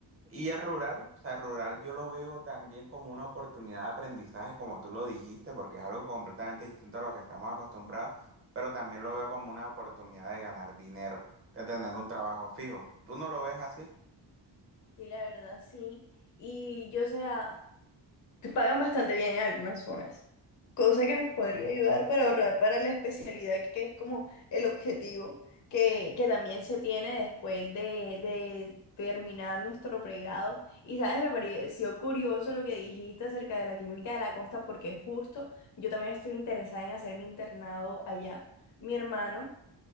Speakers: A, on the right; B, on the left.
A: Y el rural, o sea, el rural yo lo veo también como una oportunidad de aprendizaje, como tú lo dijiste, porque es algo completamente distinto a lo que estamos acostumbrados, pero también lo veo como una oportunidad de ganar dinero, de tener un trabajo fijo. ¿Tú no lo ves así?
B: Sí, la verdad, sí. Y yo, o sea, que pagan bastante bien en algunas zonas, cosa que nos podría ayudar para ahorrar para la especialidad, que es como el objetivo que, que también se tiene después de, de terminar nuestro pregrado. Y, ¿sabes? Me pareció curioso lo que dijiste acerca de la clínica de la costa, porque justo yo también estoy interesada en hacer mi internado allá. Mi hermano